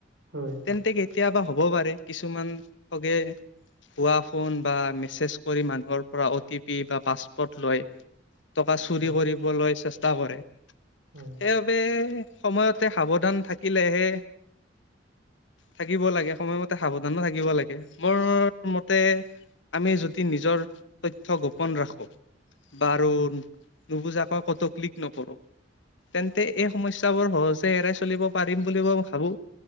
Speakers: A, on the right (about 85°); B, on the left (about 75°).
A: হয়,
B: তেন্তে। কেতিয়াবা হ'ব পাৰে কিছুমান সগে হোৱা ফোন বা মেছেজ কৰি মানুহৰ পৰা অ' টি পি বা পাছপৰ্ট লয়। টকা চুৰি
A: হয়,
B: কৰিবলৈ চেষ্টা কৰে
A: হয়,
B: সেইবাবে। সময়তে সাৱধান থাকিলেহে। থাকিব লাগে সময়মতে সাৱধানো থাকিব লাগে বৰ ম। তা আমি যদি নিজৰ তথ্য গোপন ৰাখো বাৰ।
A: উম,
B: নুবুজা ক কতো ক্লিক নকৰো। তেন্তে এই সমস্যয়াবোৰ সহজে এৰাই চলিব পাৰিম বুলি মই ভাবো।